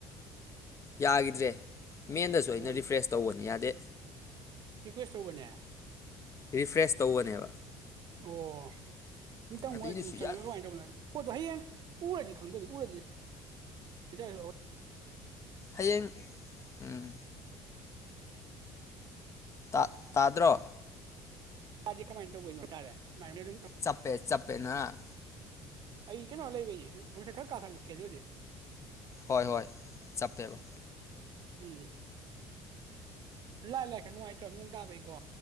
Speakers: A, on the left; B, on the right.
A: ꯌꯥꯒꯤꯗ꯭ꯔꯦ ꯃꯦꯟꯗꯁꯨ ꯑꯩꯅ
B: ꯑꯣ
A: ꯔꯤꯐ꯭ꯔꯦꯁ ꯇꯧꯕꯅꯤ ꯌꯥꯗꯦ
B: <unintelligible>
A: ꯔꯤꯐ꯭ꯔꯦꯁ ꯇꯧꯕꯅꯦꯕ
B: ꯑꯣ ꯑꯝꯇꯪ
A: ꯑꯗꯨꯏꯗꯨꯁꯨ
B: ꯃꯣꯏ ꯑꯗꯨꯗ ꯆꯪꯉꯒ
A: ꯌꯥꯗꯦ
B: ꯀꯃꯥꯏꯅ ꯇꯧꯕꯅꯣ ꯄꯣꯠꯇꯣ ꯍꯌꯦꯡ ꯎꯔꯗꯤ ꯈꯪꯗꯣꯏꯗꯤ ꯎꯔꯗꯤꯑꯣ
A: ꯍꯌꯦꯡ ꯎꯝ ꯥ ꯇꯥꯗ꯭ꯔꯣ
B: ꯇꯗꯤ ꯀꯃꯥꯏꯅ ꯇꯧꯕꯣꯏꯅꯣ ꯍꯥꯏꯇꯥꯔꯦ ꯃꯥꯏ ꯑꯗꯨꯝ ꯊꯝ
A: ꯆꯞꯄꯦ ꯆꯞꯄꯦꯅ
B: <unintelligible>
A: ꯍꯣꯏ ꯍꯣꯏ ꯆꯞꯄꯦꯕ
B: ꯎꯝ ꯂꯥꯏ ꯂꯥꯛ ꯈꯔ ꯅꯨꯡꯉꯥꯏꯇ꯭ꯔꯣ ꯅꯣꯡ ꯇꯥꯕꯩꯀꯣ